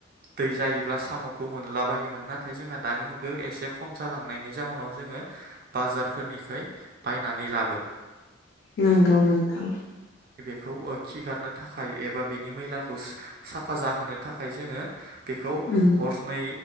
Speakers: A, on the right (about 50°); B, on the left (about 55°).
A: दै जायो साम'खौ मोनला बायोमोन नाथाय जोंहा दानि मुगायाव एसे खम जालांनायनि जाउनाव जोङो बाजार फोरनिफ्राय बायनानै लाबो
B: नोंगौ नोंथां
A: खौ खिगारनो थाखाय एबा बिनि मैलाखौ साफा जाहोनो थाखाय जोङो बेखौ
B: उम
A: हरनै